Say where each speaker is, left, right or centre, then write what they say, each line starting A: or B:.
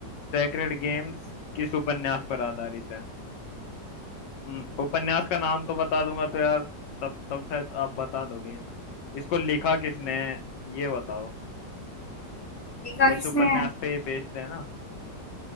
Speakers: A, on the left; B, on the left.
A: सेक्रेड गेम्स किस उपन्यास पर आधारित है हम्म, उपन्यास का नाम तो बता दूंगा तो यार तब तब शायद आप बता दोगे इसको लिखा किसने है, ये बताओ
B: देखा
A: जिस
B: किसने
A: उपन्यास
B: है?
A: पे ये बेस्ड है ना